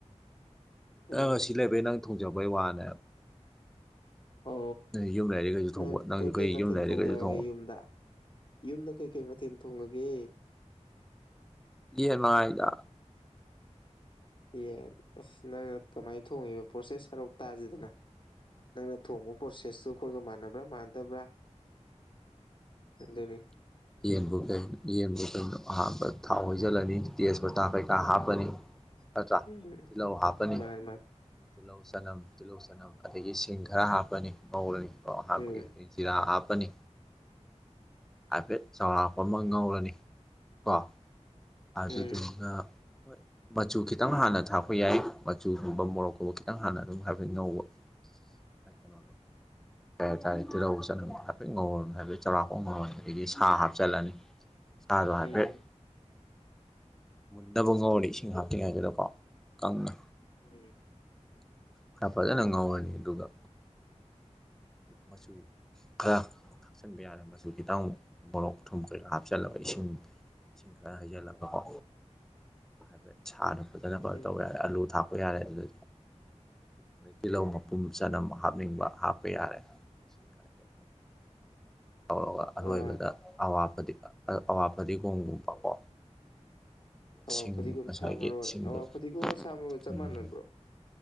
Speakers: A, on the left; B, in the centre.
A: ꯎꯝ
B: ꯅꯪ ꯁꯤ ꯂꯩꯕꯩ ꯅꯪ ꯊꯣꯡꯖꯕꯩ ꯋꯥꯅꯦ
A: ꯑ
B: ꯌꯨꯝ ꯂꯩꯔꯤꯈꯩꯁꯨ ꯊꯣꯡꯕ
A: ꯅꯪ ꯀꯩꯀꯩ
B: ꯀꯩ
A: ꯃꯊꯦꯜ
B: ꯌꯨꯝ ꯂꯩꯔꯤꯈꯩꯁꯨ
A: ꯊꯣꯡꯊꯔꯒꯦ
B: ꯊꯣꯡꯕ
A: ꯌꯨꯝꯗ ꯌꯨꯝꯗ ꯀꯩꯀꯩ ꯃꯊꯦꯜ ꯊꯣꯡꯉꯒꯦ
B: ꯌꯦ ꯃꯉꯥꯏꯗ
A: ꯌꯦꯟ ꯑꯁ ꯅꯪꯅ ꯀꯃꯥꯏꯅ ꯊꯣꯡꯉꯤꯕ ꯄ꯭ꯔꯣꯁꯦꯁ ꯁꯔꯨꯛ ꯇꯥꯁꯤꯗꯅ ꯅꯪꯅ ꯊꯣꯡꯕ ꯄ꯭ꯔꯣꯁꯦꯁꯇꯁꯨ ꯑꯩꯈꯣꯏꯒ ꯃꯥꯟꯅꯕ꯭ꯔꯥ ꯃꯥꯟꯅꯗꯕ꯭ꯔꯥ ꯑꯗꯨꯅꯦ
B: ꯌꯦꯟꯕꯨ ꯀꯩꯅꯣ ꯌꯦꯟꯕꯨ ꯀꯩꯅꯣ ꯑꯍꯥꯟꯕ ꯊꯥꯎ ꯍꯁꯤꯜꯂꯅꯤ ꯇꯦꯖꯄꯇꯥ ꯀꯩꯀꯥ ꯍꯥꯞꯄꯅꯤ
A: <inaudible>
B: ꯑ
A: ꯎꯝ
B: ꯇꯤꯂꯧ ꯍꯥꯄꯅꯤ
A: ꯃꯥꯅꯤ ꯃꯥꯅꯤ
B: ꯇꯤꯜꯍꯧ ꯆꯅꯝ ꯇꯤꯜꯍꯧ ꯆꯅꯝ ꯑꯗꯒꯤ ꯁꯤꯡ ꯈꯔ ꯍꯥꯞꯄꯅꯤ ꯃꯧꯜꯅꯤ ꯀꯣ ꯑꯍꯥꯟꯕꯒꯤ
A: ꯎꯝ
B: ꯑꯩ ꯖꯤꯔꯥ ꯍꯥꯞꯄꯅꯤ ꯍꯥꯏꯐꯦꯠ ꯆꯥꯎꯔꯥꯛꯄ ꯑꯃ ꯉꯧꯔꯅꯤ ꯀꯣ ꯑꯗꯨꯗꯨꯒ
A: ꯎꯝ
B: ꯍꯣꯏ ꯃꯆꯨ ꯈꯤꯇꯪ ꯍꯥꯟꯅ ꯊꯥꯛꯄ ꯌꯥꯏ ꯃꯆꯨꯒꯨꯝꯕ ꯃꯣꯔꯣꯛꯀꯨꯝꯕ ꯈꯤꯇꯪ ꯍꯥꯟꯅ ꯑꯗꯨꯝ ꯍꯥꯏꯕ ꯉꯧꯕ
A: <inaudible>
B: ꯄꯇꯔꯣꯗꯣ ꯀꯩ ꯍꯥꯏꯇꯥꯔꯦ ꯇꯤꯜꯍꯧ ꯆꯠꯅꯝꯗ ꯍꯥꯏꯐꯦꯠ ꯉꯧꯔ ꯍꯥꯏꯕꯗꯤ ꯆꯥꯎꯔꯥꯛꯄꯣꯡ ꯉꯧꯔꯅꯤ ꯑꯗꯒꯤ ꯁꯥ ꯍꯥꯞꯆꯤꯜꯂꯅꯤ
A: <unintelligible>
B: ꯁꯥꯗꯣ ꯍꯥꯢꯐꯦꯠ
A: ꯎꯝ
B: ꯃꯨꯟꯇꯕ ꯉꯧꯔꯅꯤ ꯏꯁꯤꯡ ꯍꯥꯞꯇ꯭ꯔꯤ ꯉꯩꯗꯨꯗꯀꯣ ꯀꯪꯅ
A: ꯎꯝ
B: ꯈꯔ ꯐꯖꯅ ꯉꯧꯔꯅꯤ ꯑꯗꯨꯒ ꯃꯆꯨ ꯈꯔ ꯊꯥꯛꯆꯤꯟꯕ ꯌꯥꯔꯦ ꯃꯁꯨ ꯈꯤꯇꯪ ꯃꯣꯔꯣꯛ ꯊꯨꯝ ꯀꯩꯔꯥ ꯍꯥꯞꯆꯜꯂꯒ ꯏꯁꯤꯡ ꯏꯁꯤꯡ ꯈꯔ ꯍꯩꯖꯤꯜꯂꯒꯀꯣ ꯍꯥꯏꯐꯦꯠ ꯁꯥꯅ ꯐꯖꯅ ꯈꯔ
A: ꯎꯝ
B: ꯇꯧꯦ ꯌꯥꯔꯦ ꯑꯂꯨ ꯊꯥꯛꯄ ꯍꯥꯞꯄ ꯌꯥꯔꯦ ꯑꯗꯨꯗꯤ ꯑꯗꯩ ꯇꯤꯜꯍꯧ ꯃꯄꯨꯝ ꯆꯅꯝ ꯍꯥꯞꯅꯤꯡꯕ ꯍꯥꯞꯄ ꯌꯥꯔꯦ ꯁꯤꯀꯥꯏꯖ ꯇꯧꯔꯒ ꯑꯔꯣꯏꯕꯗ
A: ꯑꯥ
B: ꯑꯋꯥꯐꯗꯤ ꯐꯗꯤꯒꯣꯝꯒꯨꯝꯕꯀꯣ
A: ꯑꯋꯥ
B: ꯁꯤꯡ
A: ꯐꯗꯤꯒꯣꯝ
B: ꯉꯁꯥꯏꯒꯤ
A: ꯁꯥ ꯃꯔꯣꯏ
B: ꯁꯤꯡꯗꯣ
A: ꯑꯋꯥ ꯐꯗꯤꯒꯣꯝꯒ ꯁꯥ ꯃꯔꯣꯏꯒ ꯆꯞ
B: ꯎꯝ
A: ꯃꯥꯟꯅꯕ꯭ꯔꯣ